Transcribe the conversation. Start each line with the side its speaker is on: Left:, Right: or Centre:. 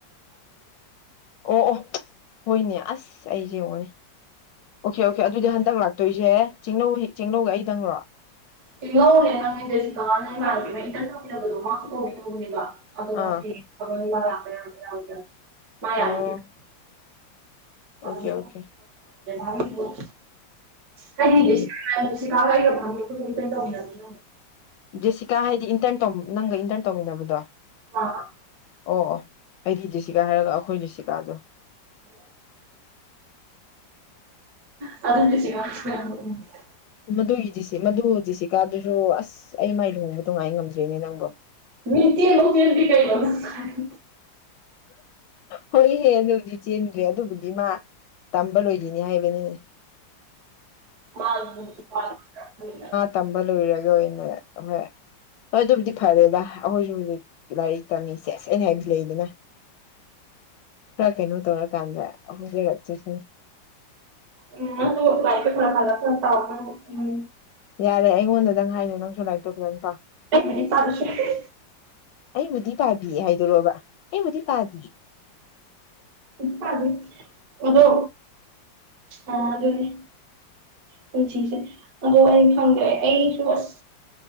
Left: ꯑꯣ ꯑꯣ ꯍꯣꯏꯅꯦ ꯑꯥꯁ ꯑꯩꯁꯤ ꯌꯦꯡꯉꯣꯅꯦ꯫ ꯑꯣꯀꯦ ꯑꯣꯀꯦ ꯑꯗꯨꯗꯤ ꯍꯟꯗꯛ ꯂꯥꯛꯇꯣꯏꯁꯤ ꯆꯤꯡꯅꯧ ꯆꯤꯡꯅꯧꯒ ꯑꯩꯗꯪ ꯔꯣ꯫
Right: ꯆꯤꯡꯔꯧꯅ° ꯅꯪꯅ° ꯋ°ꯁꯤꯉꯥꯅ° ꯏꯃꯥꯟꯅꯕꯤ ꯃꯥ ꯏꯇꯟ ꯇꯧꯃꯤꯟꯅꯕꯤꯗꫭ ꯃꯥꯁꯨ ꯀꯧꯒ° ꯇꯧꯅꯦꯕꯥ ꯑꯗꯣ
Left: ꯑꯥ
Right: ꯍꯌꯦ ꯈꯪꯗꯦ ꯃꯥ ꯔꯥꯇꫭꯏꯔꯥ ꯔꯥꯛꯑꫭꯏꯗꯔꯤꯔꯥ
Left: ꯑꯣ
Right: ꯈꯪꯗꯦ
Left: ꯑꯣꯀꯦ ꯑꯣꯀꯦ
Right: ꯍꯪꯗꯔꯗꯤ ꯍꯥꯏ
Left: ꯎꯝ
Right: <unintelligible> <inaudible> ꯁꯥꯔꯒꯥ ꯑꯩꯒꯥ ꯐꯝꯃꯤ ꯏꯞꯇꯟ ꯇꯧꯃꯤꯅꯥꯕꯤꯅꯤꯅꯥ
Left: ꯖꯦꯁꯤꯀꯥ ꯍꯥꯏꯗꯤ ꯏꯟꯇꯔꯟ ꯅꯪꯒꯥ ꯏꯟꯇꯔꯟ ꯇꯧꯃꯤꯟꯅꯥꯕꯗꯣ꯫
Right: ꯑꯥꯑꯥ
Left: ꯑꯣ ꯑꯣ꯫ ꯑꯩꯗꯤ ꯖꯤꯁꯤꯀꯥ ꯍꯥꯏꯔꯒ ꯑꯩꯈꯣꯏꯒꯤ ꯖꯤꯁꯤꯀꯥꯗꯣ
Right: ꯅꫭꯑꯗꯨꯒꯤ ꯖꯁꯤꯀꯥꯗꯨ ꯅꯠꯇꯦ
Left: ꯃꯗꯨꯒꯤ ꯗꯤꯁꯤ ꯃꯗꯨ ꯗꯤꯁꯤꯀꯥꯗꯨꯁꯨ ꯑꯥꯁ ꯑꯩ ꯃꯥꯏ ꯂꯨꯍꯣꯡꯕꯗꫭ ꯉꯥꯏꯕꯥ ꯉꯝꯗ꯭ꯔꯤꯅꯦ ꯅꯪꯕꫭ꯫
Right: ꯃꯤ ꯆ°ꯟꯐꯥꯎ ꯆ°ꯟꯗꯔꯤ ꯀꯩꯅꫭ ꯅꯪꯅꯥ ꯉꯥꯡꯉꯤꯗꯨꯕꫭ
Left: ꯍꯣꯏꯌ° ꯑꯗꯨꯕꯨꯗꯤ ꯆꯦꯟꯗ꯭ꯔꯤ ꯑꯗꯨꯕꯨꯗꯤ ꯃꯥ ꯇꯝꯕ ꯂꯣꯏꯈꯤꯅꯤ ꯍꯥꯏꯕꯅꯤꯅꯦ꯫
Right: ꯃꯥꯒꯤ ꯅꯨꯄꯥꯗꯨꯅꯥ
Left: ꯇꯝꯕꯥ ꯔꫭꯏꯔꯥ ꯡꯏꯔꯒ ꯑꯣꯏꯅꯅ ꯑꯍꫭꯏ ꯍꯣꯏ ꯑꯗꯨꯕꯨꯗꯤ ꯐꯔꯦꯗ ꯑꯩꯈꯣꯏꯁꯨ ꯍꯧꯖꯤꯛ ꯂꯥꯏꯔꯤꯛ ꯇꯝꯃꯤ꯫ ꯁꯤꯁ ꯑꯩꯅ ꯍꯥꯏꯗꯤ ꯂꯩꯗꯅ ꯈꯔ ꯀꯩꯅꯣ ꯇꯧꯔꯀꯥꯟꯗ ꯍꯧꯖꯔꯛꯆꯥꯖꯥꯅꯤ꯫
Right: ꯎꯝ ꯃꯥꯁꯨ ꯂꯥꯏꯇ ꯐ꯭ꯔ ꯐꯥꯔꯛꯀꯨꯝ꯫ ꯇꯧꯕꯅꯤ꯫
Left: ꯌꯥꯔꯦ ꯑꯩꯉꯣꯟꯗꯥꯗꯪ ꯍꯥꯏꯅꯤ ꯅꯪꯁꯨ ꯂꯥꯏꯔꯤꯛꯇꫭ ꯐꯥꯖꯅꯥ ꯄꯥꯎ
Right: ꯑꯦꯕꯨꯗꯤ ꯄꯥꯗꯔꯁꯨ ꯌꯥꯏ
Left: ꯑꯩꯕꯨꯗꯤ ꯄꯥꯕꯤꯌꯦ ꯍꯥꯏꯗꯨꯔꯣ ꯕꯥ꯫ ꯑꯩꯕꯨꯗꯤ ꯄꯥꯕꯤꯌꯦ
Right: ꯄꯥꯗꫭꯏꯅꯤ ꯑꯗꯣ ꯑ ꯑꯗꯨꯅꯦ ꯄꯨꯟꯁꯤꯁꯦ꯫ ꯑꯗꯣ ꯑꯩꯅ ꯈꯪꯗꯦ ꯑꯩꯁꯨ ꯑꯥꯁ